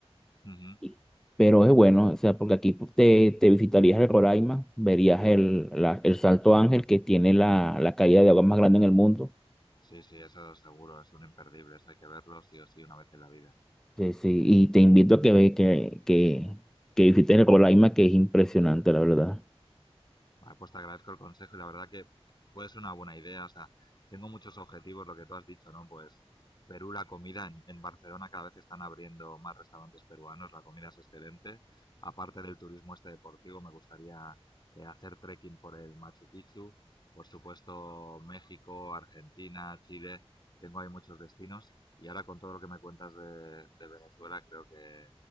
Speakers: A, on the left (about 45°); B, in the centre.
A: Ujú.
B: y- Pero es bueno, o sea, porque aquí te, te visitarías el Roraima, verías el, la- el Salto Ángel, que tiene la, la caída de agua más grande en el mundo
A: Sí, sí, eso seguro, es un imperdible, eso hay que verlo sí o sí una vez en la vida.
B: Sí, sí, y te invito a que ve que, que, que visites el Colaima, que es impresionante, la verdad.
A: Vale, pues te agradezco el consejo y la verdad que puede ser una buena idea. O sea, tengo muchos objetivos, lo que tú has dicho, ¿no? Pues Perú, la comida en, en Barcelona cada vez están abriendo más restaurantes peruanos, la comida es excelente. Aparte del turismo este deportivo, me gustaría eh, hacer trekking por el Machu Picchu. Por supuesto, México, Argentina, Chile, tengo ahí muchos destinos. Y ahora con todo lo que me cuentas de, de Venezuela, creo que,